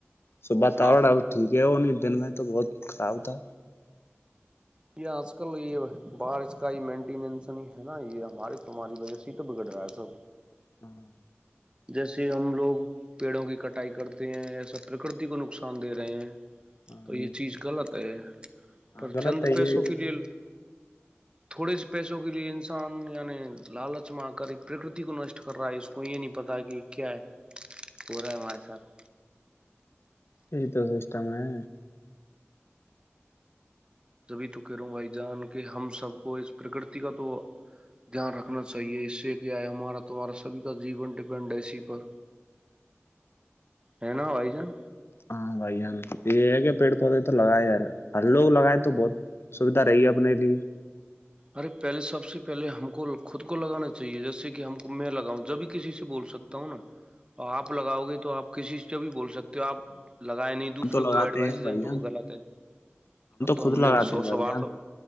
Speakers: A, on the left (about 60°); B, on the right (about 20°).
A: س باتاور
B: ہاں ہاں
A: ہے وہ ٹھیک ہے اور دن میں تو بہت خراب تھا
B: یہ آج کل یہ بارش کا ہی مینٹیننس نہیں ہے نا یہ ہمارے تو ہماری وجہ سے تو بگڑ رہا ہے سب
A: ہاں
B: جیسے ہم لوگ پیڑوں کی کٹائی کرتے ہیں ایسا پرکرتی کو نقصان دے رہے ہیں
A: ہاں
B: تو یہ
A: جی
B: چیز غلط کہ
A: ہاں
B: پر
A: غلط
B: چند
A: ہے
B: پیسوں
A: یہ
B: کے لیے تھوڑے سے پیسوں کے لیے انسان یعنی لالچ میں آ کر ایک پرکرتی کو نشٹ کر رہا ہے اس کو یہ نہیں پتا کہ کیا ہے ہو رہا ہے ہمارے ساتھ
A: یہ تو سسٹم ہے
B: جبھی تو کہہ رہا ہوں بھائی جان کہ ہم سب کو اس پرکرتی کا تو دھیان رکھنا چاہیے اس سے کیا ہے ہمارا تمہارا سبھی کا جین ڈپینڈ ہے اسی پر ہے نا بھائی جان
A: ہاں بھائی جان یہ کہ پیڑ پودے تو لگائے ہ لوگ لگائےیں تو بہت سویدھا رہی ہے اپنے لیے
B: ارے پہلے سب سے پہلے ہم کو خود کو لگانا چاہیے جیسے کہ ہم کو میں لگاؤں جب بھی کسی سے بول سکتا ہوں نا آپ لگاؤ گے تو آپ کسی سے جب بول سکتے ہو آپ لگائے نہیں دوسرے
A: ہم تو
B: کو
A: لگاتے
B: ایڈوائس
A: ہیں
B: دیں
A: بھیا
B: تو وہ غلط ہے ہاں تو
A: خود
B: ہم
A: لگاتے
B: نے بھی سوچ
A: ہیں بھائی
B: سوار
A: جان
B: سب